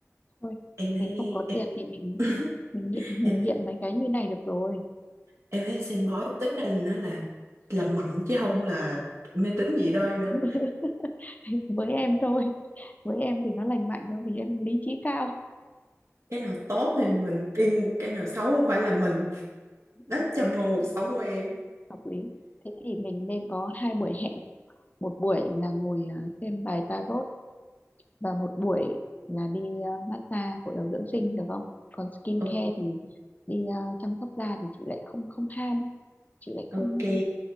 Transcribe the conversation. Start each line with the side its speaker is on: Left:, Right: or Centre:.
Left: thôi
Right: em thấy
Left: mình không có
Right: em
Left: tiền thì mình
Right: <laughs>
Left: mình nghiện
Right: em
Left: mình
Right: thấy-
Left: nghiện mấy cái như này được rồi
Right: em thấy xem bói tính ra là nó là làm mạnh chứ không là mê tín dị đoan đâu
Left: <laughs> với em thôi với em thì nó lành mạnh thôi vì em lý trí cao
Right: cái nào tốt thì
Left: Đấy.
Right: mình tin cái nào xấu không phải là mình
Left: Ừ,
Right: đó trầm ngôn
Left: đúng
Right: cuộc
Left: rồi,
Right: sống của em
Left: hợp lý. Thế thì mình nên có hai buổi hẹn, một buổi là ngồi à, xem bài tarot và một buổi là đi à, massage gội đầu dưỡng sinh được không? Còn skin
Right: O-
Left: care thì đi à, chăm sóc da thì chị lại không không ham, chị lại
Right: ok
Left: không